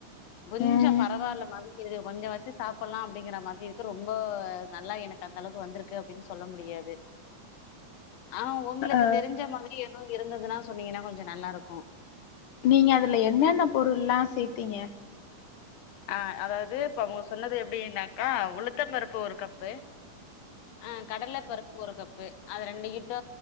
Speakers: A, on the left; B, on the left.
A: கொஞ்சொ
B: ம்
A: பரவாயில்ல மாரி இருக்கு கொஞ்சொ வச்சு சாப்புல்லா அப்டிங்கிற மாதிரி இருக்கு ரொம்போ நல்லா எனக்கு கு அந்தளவுக்கு வந்திருக்கு அப்டின் சொல்ல முடியாது ஆ ஒங்களுக்கு
B: அ
A: தெரிஞ்ச மாத்ரி எதோ இருந்ததுன்னா சொன்னீங்கன்னா கொஞ்சோ நல்லாருக்கூ
B: நீங்க அதுல என்னென்ன பொருள்ல்லா சேத்தீங்க
A: ஆ அதாவ்து இப்ப அவங்க சொன்னது எப்டின்னாக்கா உளுத்தம் பருப்பு ஒரு கப்பு ஆ கடல பருப் பு ஒரு கப்பு அது ரெண்டு கிட்டூ